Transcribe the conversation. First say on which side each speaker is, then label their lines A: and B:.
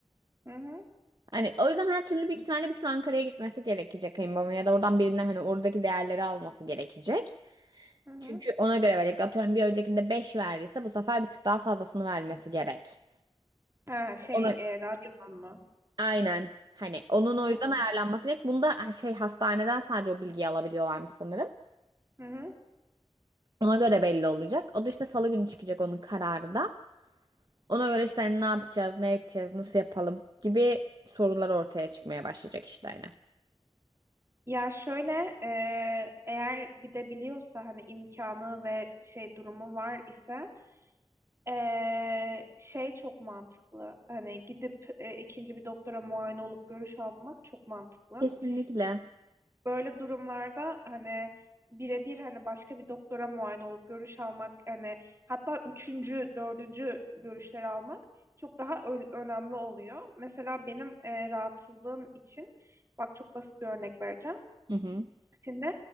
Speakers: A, on the right; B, on the right.
A: Hı hı.
B: Hani o yüzden her türlü büyük ihtimalle bir tur Ankara'ya gitmesi gerekecek kayınbabamın ya da oradan birinden hani oradaki değerleri alması gerekecek.
A: Hı hı.
B: Çünkü ona göre verecek. Atıyorum bir öncekinde 5 verdiyse bu sefer bir tık daha fazlasını vermesi gerek.
A: Ha şey
B: Ona
A: e, radyonun mu?
B: aynen hani onun
A: Hı
B: o
A: hı.
B: yüzden ayarlanması gerek. Bunda şey hastaneden sadece o bilgiyi alabiliyorlarmış sanırım.
A: Hı hı.
B: Ona göre belli olacak. O da işte salı günü çıkacak onun kararı da. Ona göre işte hani ne yapacağız, ne edeceğiz, nasıl yapalım gibi sorular ortaya çıkmaya başlayacak işte hani.
A: Ya şöyle e, eğer gidebiliyorsa hani imkanı ve şey durumu var ise e, şey çok mantıklı. Hani gidip e, ikinci bir doktora muayene olup görüş almak çok mantıklı.
B: Kesinlikle.
A: Çünkü böyle durumlarda hani birebir hani başka bir doktora muayene olup görüş almak hani hatta üçüncü, dördüncü görüşleri almak çok daha ö- önemli oluyor. Mesela benim e, rahatsızlığım için bak çok basit bir örnek vereceğim.
B: Hı hı.
A: Şimdi